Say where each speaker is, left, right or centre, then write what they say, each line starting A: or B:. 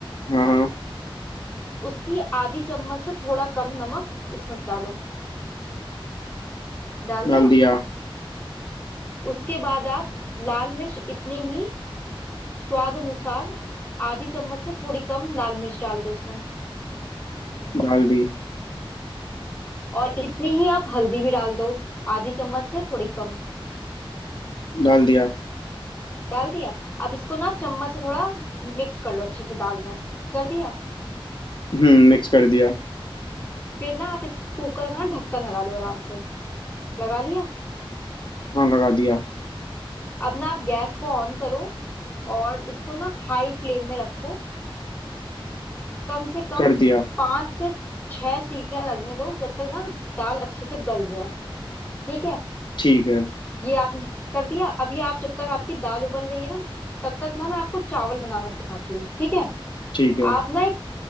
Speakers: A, on the left; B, on the left.
A: हाँ हाँ
B: उसकी आधी चम्मच से थोड़ा कम नमक इसमें डालो डाल दिया
A: डाल दिया
B: उसके बाद आप लाल मिर्च इतनी ही स्वाद अनुसार आधी चम्मच से थोड़ी कम लाल मिर्च डाल दो इसमें
A: डाल दी
B: और इतनी ही आप हल्दी भी डाल दो आधी चम्मच से थोड़ी कम
A: डाल दिया
B: डाल दिया अब इसको ना आप चम्मच से थोड़ा मिक्स कर लो अच्छे से दाल में कर दिया
A: हम्म मिक्स कर दिया
B: फिर ना आप इस कुकर का ना ढक्कन लगा लो आराम से लगा लिया
A: हाँ लगा दिया
B: अब ना आप गैस को ऑन करो और इसको ना हाई फ्लेम में रखो कम से कम
A: कर दिया
B: पांच से छह सीटियां लगने दो जब तक ना दाल अच्छे से गल जाए ठीक है
A: ठीक है
B: ये आप कर दिया अभी आप जब तक आपकी दाल उबल रही है ना तब तक ना मैं आपको चावल बनाना सिखाती हूँ ठीक है
A: ठीक है
B: आप ना एक